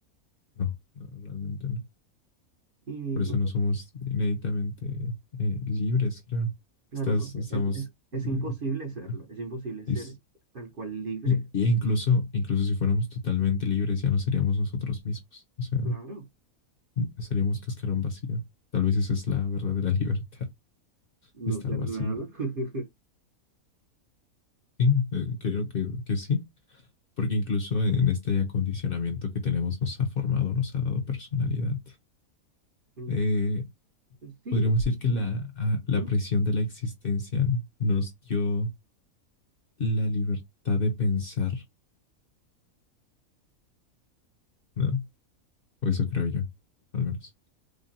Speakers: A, on the left; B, on the right.
A: no, no realmente no.
B: Y
A: Por
B: no,
A: eso no somos inéditamente eh, libres, creo.
B: claro,
A: Estás,
B: porque
A: estamos...
B: es, es, es
A: eh,
B: imposible serlo,
A: ajá,
B: es imposible
A: es-
B: ser tal cual libre,
A: y, y incluso, incluso si fuéramos totalmente libres, ya no seríamos nosotros mismos. O sea,
B: claro,
A: seríamos cascarón vacío. Tal vez esa es la verdadera <laughs> libertad,
B: no
A: estar
B: ser
A: vacío.
B: nada. <laughs>
A: Sí, eh, creo que, que sí. Porque incluso en este acondicionamiento que tenemos nos ha formado, nos ha dado personalidad.
B: Entonces,
A: Eh,
B: sí,
A: podríamos decir que la, a-
B: ujú,
A: la presión de la existencia nos dio la libertad de pensar, ¿no? O eso creo yo, al menos.